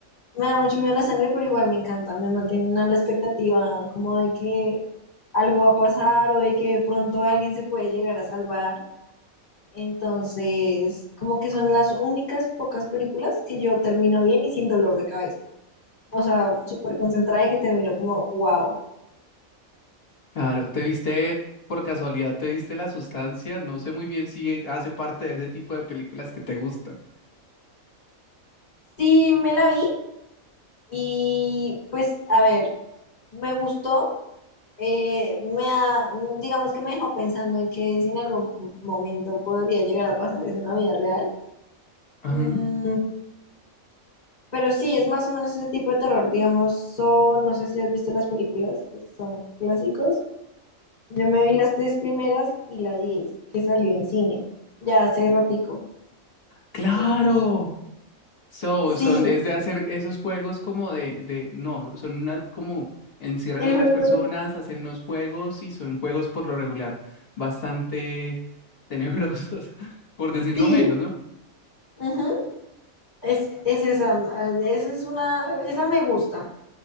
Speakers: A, on the left (about 30°); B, on the left (about 45°).
A: me da mucho miedo la sangre, pero igual me encanta. Me mantienen a la expectativa como de que algo va a pasar o de que de pronto alguien se puede llegar a salvar. Entonces, como que son las únicas pocas películas que yo termino bien y sin dolor de cabeza. O sea, súper concentrada y que termino como, wow.
B: Claro, te viste, por casualidad, te viste La Sustancia. No sé muy bien si eh, hace parte de ese tipo de películas que te gustan.
A: Sí, me la vi, Y pues, a ver, me gustó, eh, me ha- digamos que me dejó pensando en que si en algún momento podría llegar a pasar eso en la vida real.
B: Ajá.
A: Mm, pero sí, es más o menos ese tipo de terror, digamos, son, no sé si has visto las películas, que son clásicos. Yo me vi las tres primeras y la diez, que salió en cine, ya hace ratico.
B: Claro.
A: Y
B: So,
A: sí,
B: son, es de hacer esos juegos como de, de, no, son una, como encierran
A: el
B: a unas
A: juego,
B: personas, hacen unos juegos y son juegos por lo regular bastante tenebrosos, <laughs> por decirlo
A: sí,
B: menos, ¿no?
A: ujú, Es, es esa, esa es una, esa me gusta.